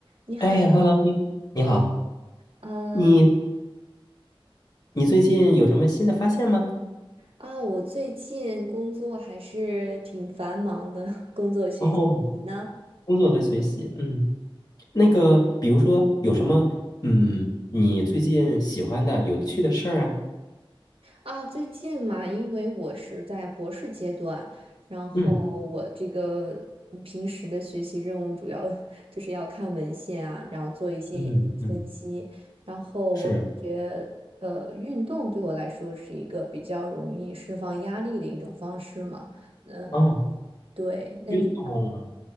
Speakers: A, on the right (about 75°); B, on the left (about 45°).
A: 你好，
B: 哎，Hello，你你好，
A: 呃
B: 你你最近有什么新的发现吗？
A: 啊，我最近工作还是挺繁忙的，<laughs> 工作学习。
B: 哦，
A: 你呢？
B: 工作和学习，嗯，那个，比如说有什么，嗯，你最近喜欢的、有趣的事儿啊？
A: 啊，最近嘛，因为我是在博士阶段，然后我这个平时的学习任务主要
B: 嗯
A: <laughs> 就是要看文献啊，然后做一些研究分析，
B: 嗯嗯，
A: 然后我感觉。
B: 是
A: 呃，运动对我来说是一个比较容易释放压力的一种方式嘛。嗯，
B: 哦，
A: 对，那你？
B: 运动啊